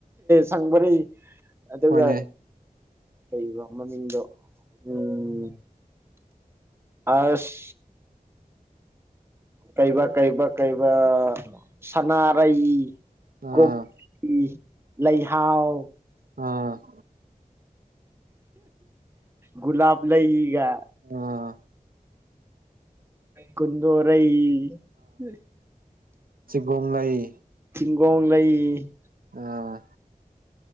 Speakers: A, on the right; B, on the right.
A: ꯁꯡꯕꯔꯩ ꯑꯗꯨꯒꯥ
B: ꯍꯣꯏꯅꯦ
A: ꯄꯥꯔꯤꯒꯣꯛ ꯃꯅꯤꯡꯗꯣ ꯎꯝ ꯑꯁ ꯀꯩꯕꯥ ꯀꯩꯕꯥ ꯀꯩꯕ ꯁꯅꯥꯔꯩ
B: ꯑꯥ
A: ꯀꯣꯛ ꯏꯒꯤ ꯂꯩꯍꯥꯎ
B: ꯑꯥ <unintelligible>
A: ꯒꯨꯂꯥꯕ ꯂꯩꯏ ꯌꯥ
B: ꯑꯥ
A: ꯀꯨꯟꯗꯣꯔ <unintelligible>
B: ꯔ‌ꯣꯡꯉꯩ
A: ꯨꯒ‌ꯣꯡꯂꯩ
B: ꯑꯥ